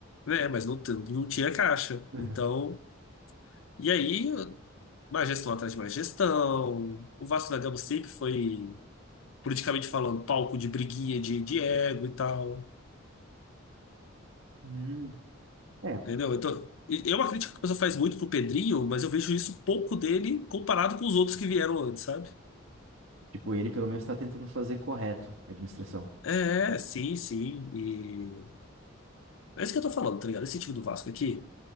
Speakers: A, on the left (about 70°); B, on the right (about 70°).
A: É, mas não, t- não tinha caixa.
B: Uhum.
A: Então, e aí, mais gestão atrás de mais gestão. O Vasco da Gama sempre foi, politicamente falando, palco de briguinha de, de ego e tal.
B: Hum. É,
A: Entendeu? Então, e- é uma crítica que a pessoa faz muito pro Pedrinho, mas eu vejo isso pouco dele comparado com os outros que vieram antes, sabe?
B: tipo, ele pelo menos tá tentando fazer correto a administração.
A: É, sim, sim. E é isso que eu tô falando, tá ligado? Esse time do Vasco aqui,